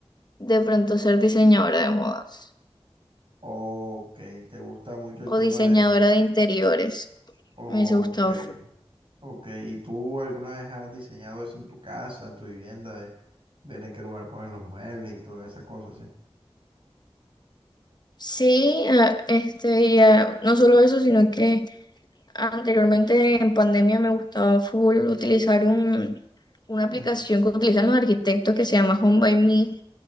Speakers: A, on the left; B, on the right.
A: de pronto ser diseñadora de modas
B: Ok, te gusta mucho el tema
A: o diseñadora
B: de...
A: de interiores.
B: Ok,
A: Me hubiese gustado full.
B: ok. ¿Y tú alguna vez has diseñado eso en tu casa, en tu vivienda, de ver en qué lugar pones los muebles y todas esas cosas, sí?
A: Sí, ah, este, y, ah, no solo eso, sino que Anteriormente en pandemia me gustaba full utilizar un, una aplicación
B: Ah,
A: que utilizan los arquitectos que se llama Home by Me